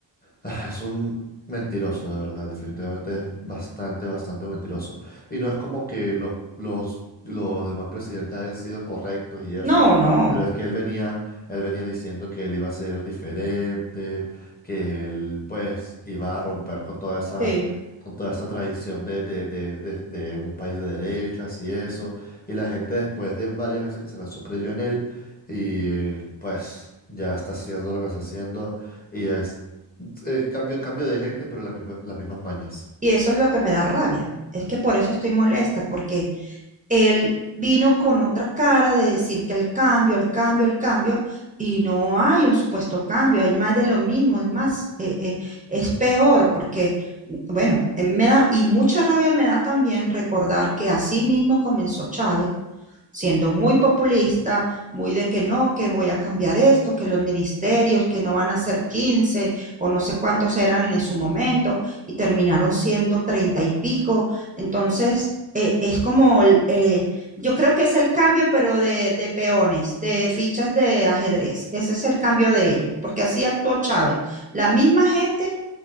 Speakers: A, on the left; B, on the right.
A: Ah, Es un mentiroso, de verdad. Definitivamente es bastante, bastante mentiroso. Y no es como que los, los, los demás presidentes hayan sido correctos y eso.
B: No, no.
A: Pero es que él venía, él venía diciendo que él iba a ser diferente, que él, pues, iba a romper con toda esa,
B: Sí.
A: con toda esa tradición de, de, de, de, de un país de derechas y eso. Y la gente, después de varias veces que se lanzó, creyó en él. Y pues, ya está haciendo lo que está haciendo. Y es eh, cambio, cambio de gente, pero las mismas, las mismas mañas.
B: Y eso es lo que me da rabia. Es que por eso estoy molesta, porque él vino con otra cara de decir que el cambio, el cambio, el cambio, y no hay un supuesto cambio, hay más de lo mismo, es más, eh, eh, es peor porque, mm, bueno, eh, me da, y mucha rabia me da también recordar que así mismo comenzó Chávez siendo muy populista, muy de que no, que voy a cambiar esto, que los ministerios, que no van a ser 15 o no sé cuántos eran en su momento y terminaron siendo 30 y pico. Entonces, eh, es como, el, eh, yo creo que es el cambio, pero de, de, peones, de fichas de ajedrez. Ese es el cambio de ellos, porque así actuó Chávez. La misma gente